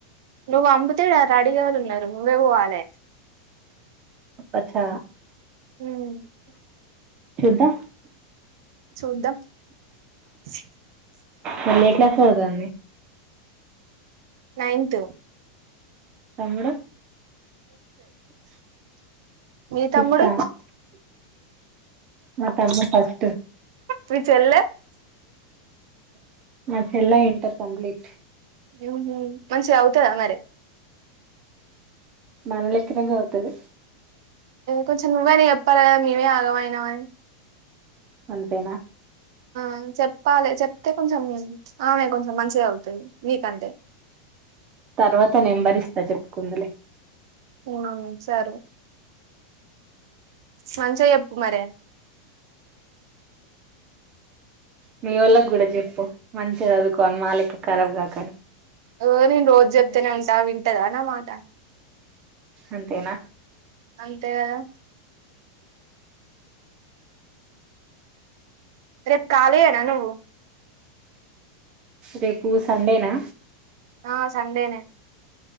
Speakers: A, on the right (about 70°); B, on the right (about 35°).
A: నువ్వు అమ్ముతే ఇడా రెడీ గా ఎవరు ఉన్నారు నువ్వే పోవాలే
B: అచ్చా
A: ఉమ్
B: చుద్దాం
A: చూద్దాం సబ్జెక్ట్
B: వాళ్ళు ఏ క్లాస్
A: ఎంతుందో
B: చదువుతుంది
A: నైన్త్
B: తమ్ముడు
A: మీ
B: ఫిఫ్తా
A: తమ్ముడు
B: మా తమ్మని ఫస్ట్
A: మీ చెల్లే
B: మా చెల్లయ్ ఇంటర్ కంప్లీట్
A: ఉనా మంచిగా అవుతాయ మరి
B: మన లెక్కనే చదువు తది
A: కొంచెం నువ్వేనా చెప్పాలి కదా మేమే ఆగమైనామని
B: అంతేనా
A: ఆ చెప్పాలే చెప్తే కొంచెం ఆమె కొంచెం మంచిగా చదువుతాది నీకంటే
B: తర్వాత నెంబర్ ఇస్తా చెప్పుకుందులే
A: ఉం సరే మంచిగా చెప్పు మరి
B: మీ వాళ్ళకు కూడా చెప్పు మంచిగా చదువుకో మళ్ళీ ఇక కరాబ్ కాకండి
A: ఓ నేను రోజు చెప్తతానే ఉంటా వింటదా నామాట
B: అంతేనా
A: అంతే గదా రేపు కాలి యేనా నువ్వు
B: రేపు సండేనా
A: ఆ సండేనే